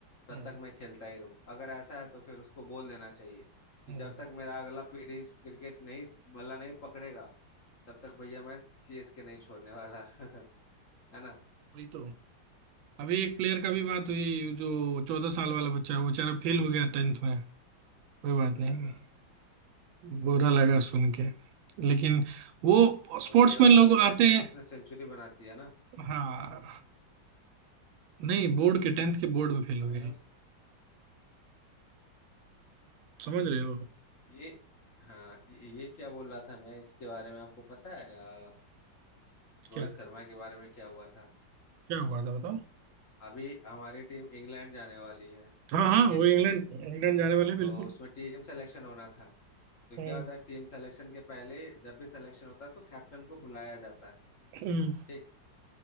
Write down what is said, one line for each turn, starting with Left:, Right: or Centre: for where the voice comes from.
Left: तब
Right: हम्म,
Left: तक मैं खेलता ही रहूं अगर ऐसा है तो फिर उसको बोल देना चाहिए कि
Right: हम्म,
Left: जब तक मेरा अगला पीढ़ी क्रिकेट नहीं बल्ला नहीं पकड़ेगा तब तक भैया मैं सीएसके नहीं छोड़ने वाला <laughs> है ना
Right: वही तो अभी एक प्लेयर का भी बात हुई जो चौदह साल वाला बच्चा है वो बेचारा फेल हो गया टेंथ में कोई बात
Left: हाँ
Right: नहीं
Left: हाँ
Right: बुरा लगा सुन के लेकिन वो स्पोर्ट्समैन
Left: उसके
Right: लोग
Left: अगले मैच
Right: आते
Left: में
Right: हैं
Left: तो उसने सेंचुरी बना दिया ना
Right: हाँ नहीं बोर्ड के टेंथ के
Left: सेंचुरी
Right: बोर्ड में फेल हो
Left: बनाया
Right: गए
Left: उसने सही
Right: समझ रहे
Left: है
Right: हो
Left: ये हाँ ये ये क्या बोल रहा था मैं इसके बारे में आपको पता है अ, रोहित
Right: क्या
Left: शर्मा के बारे में क्या हुआ था
Right: क्या हुआ था बताओ
Left: अभी हमारी टीम इंग्लैंड जाने वाली है
Right: हाँ हाँ
Left: क्रिकेट
Right: वो इंग्लैंड
Left: की टीम
Right: इंग्लैंड जाने वाले हैं, बिल्कुल
Left: तो उसमें टीम सिलेक्शन होना था तो
Right: हम्म।
Left: क्या होता है टीम सिलेक्शन के पहले जब भी सिलेक्शन होता है तो कैप्टन को बुलाया जाता है
Right: हम्म,
Left: ठीक